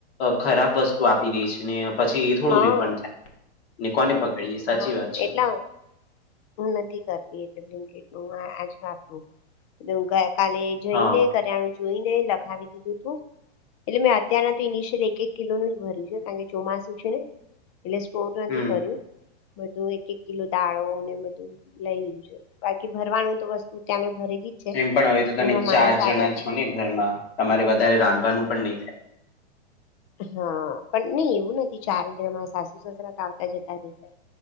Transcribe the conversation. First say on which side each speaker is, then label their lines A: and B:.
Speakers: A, on the left; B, on the left.
A: ખરાબ વસ્તુ આપી દે છે ને પછી. થોડું
B: હા
A: રિફંડ થાય ને કોને પકડીએ. સાચી
B: હા
A: વાત છે
B: એટલા હું નથી કરતી એટલેટ આજપ કાલે જઈને
A: હા
B: કર્યાણું જોઈ ને લખાવી દીધું તું. એટલે મેં અત્યના તો િશયલી એક એક કિલોનુંું જ ભર્યું છે કારણ કે ચોમાસું છે ને. એટલે સ્પોટ નથી
A: હમ
B: કર્યું બધું એક એક કિલો દાળો ને બધું લઈ લીધું છે. બાકી ભરવાનું તો વસ્તુ ત્યાં ભરેલી. જ છે
A: એમ પણ હવે તો તમે
B: એમના માણસ
A: ચાર
B: આવે
A: જણા
B: એટલે
A: છો ને ઘરમાં તમારે વધારે રાંધવાનું પણ નહી થાય.
B: હા પણ નહી એવું નથી ચાર હજારમાં સાસુ સસરા ત આવતા જતા રશે.